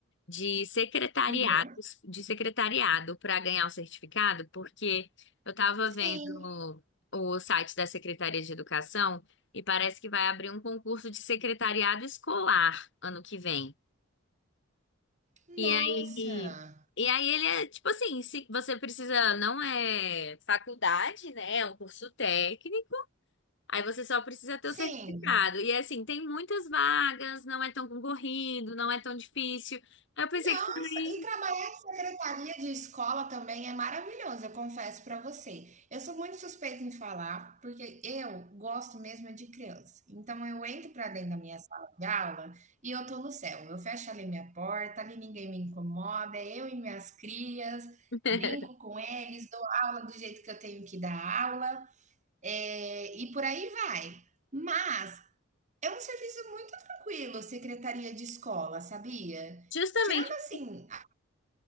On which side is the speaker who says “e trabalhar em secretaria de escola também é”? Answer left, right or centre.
Right